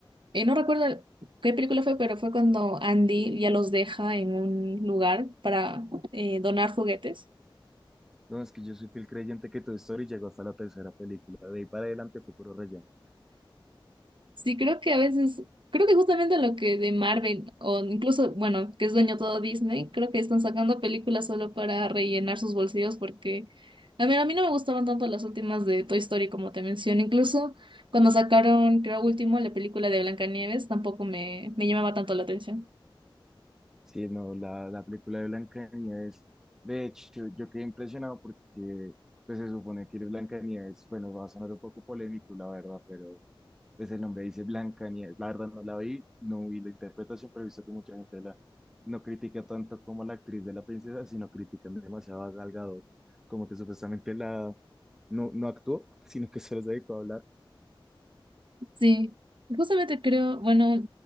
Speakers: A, on the right; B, in the centre.
A: eh, no recuerdo qué película fue, pero fue cuando Andy ya los deja en un lugar para eh, donar juguetes.
B: Entonces, que yo soy fiel creyente que Toy Story llegó hasta la tercera película, de ahí para adelante fue puro relleno.
A: Sí, creo que a veces, creo que justamente lo que de Marvel, o incluso, bueno, que es dueño todo Disney, creo que están sacando películas solo para rellenar sus bolsillos porque, a ver, a mí no me gustaban tanto las últimas de Toy Story como te mencioné. Incluso cuando sacaron, creo último, la película de Blancanieves, tampoco me, me llamaba tanto la atención.
B: Sí, no, la, la película de Blancanieves, de hecho, yo quedé impresionado porque pues, se supone que Blancanieves, bueno, va a sonar un poco polémico, la verdad, pero pues el nombre dice Blanca Nieves. La verdad no la vi, no vi la interpretación, pero he visto que mucha gente la, no critica tanto como la actriz de la princesa, sino critican demasiado a Gal Gadot, como que supuestamente la no, no actuó, sino que solo se dedicó a hablar.
A: Sí, justamente creo, bueno,